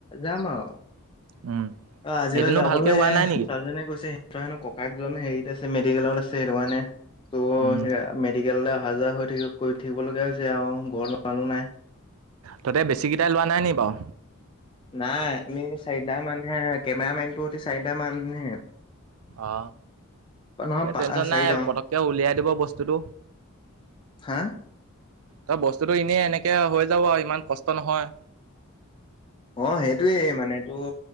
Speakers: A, on the left; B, on the right.
A: যাম আৰু।
B: উম।
A: অ' আজিৰ
B: এদিনো
A: পৰা যাবলে
B: ভালকে হোৱা নাই নেকি?
A: ছোৱালীজনীয়ে কৈছে তাইৰ হেনো ককায়েক জনে হেৰিত আছে মেডিকেলত আছে সেইটো কাৰণে ত
B: উম,
A: সেৱাই মেড ইয়ালে অহা-যোৱা হৈ থাকিব- কৰি থাকিব লগীয়া হৈছে আৰু, ঘৰত মানুহ নাই।
B: তাতে বেছিকেইটাই লোৱা নাই নি বাৰু?
A: নাই আমি চাৰিটা মানহে কেমেৰা মেনটো হতি চাৰিটা মানহে।
B: অ
A: নহয়
B: এই
A: পা
B: টেনচন
A: চাৰিটা
B: নাই
A: অ',
B: পতককে উলিয়াই দিব বস্তুটো।
A: হা?
B: ত বস্তুতটো এনেই এনেকে হৈ যাব আৰু ইমান কষ্ট নহয়।
A: অ সেইটোৱেই মানে তোৰ